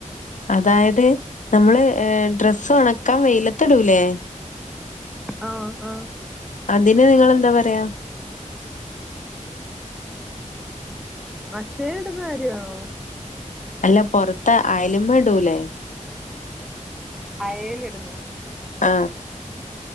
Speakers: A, on the left (about 70°); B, in the centre.
A: അതായത് നമ്മള് ഏർ ഡ്രസ്സ് ഉണക്കാൻ വെയിലത്തെടൂലേ
B: ആ ആ
A: അതിന് നിങ്ങെളെന്താ പറയാ
B: അക്ഷയ ഇടുന്ന കാര്യണോ
A: അല്ല പൊറത്ത് ആയല മടൂല്ലേ
B: അയല ഇടുന്ന
A: ആ